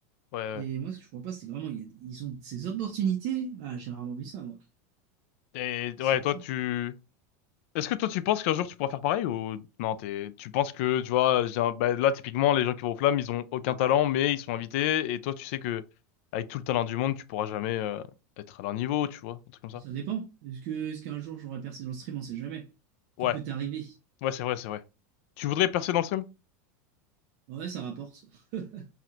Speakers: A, on the left; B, on the right.
A: Ouais,
B: Et moi, ce que je comprends pas, c'est que vraiment, il y a- ils ont ces opportunités. Ah, j'ai rarement vu ça, moi.
A: ouais.
B: C'est-
A: Et ouais, toi,
B: assez
A: tu...
B: fou.
A: Est-ce que toi tu penses qu'un jour tu pourras faire pareil ou non t'es tu penses que tu vois j'ai un- bah, là typiquement les gens qui vont aux flammes ils ont aucun talent mais ils sont invités et toi tu sais que avec tout le talent du monde tu pourras jamais euh, être à leur niveau tu vois un truc comme ça
B: Ça dépend. Est-ce que, est-ce qu'un jour j'aurai percé dans le stream? On sait jamais.
A: ouais
B: Tout peut arriver.
A: ouais c'est vrai c'est vrai tu voudrais percer dans le stream
B: Ouais, ça rapporte. <laughs>